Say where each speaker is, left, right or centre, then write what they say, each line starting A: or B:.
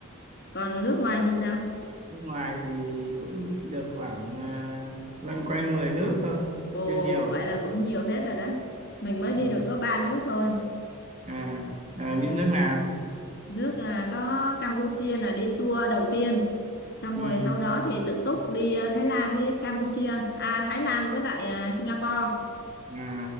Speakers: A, on the left (about 50°); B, on the right (about 30°).
A: còn nước ngoài thì sao
B: nước ngoài thì cũng được khoảng à, loanh quanh 10 nước thôi
A: ồ
B: chưa nhiều
A: vậy là cũng nhiều phết rồi đấy mình mới
B: ừ.
A: đi được có ba nước thôi
B: à, à
A: Ừ.
B: những nước nào
A: Nước à, có Campuchia là đi tour đầu tiên xong
B: ừ.
A: rồi sau đó thì tự túc đi à, Thái Lan với Campuchia à Thái Lan với lại à, Singapore
B: à,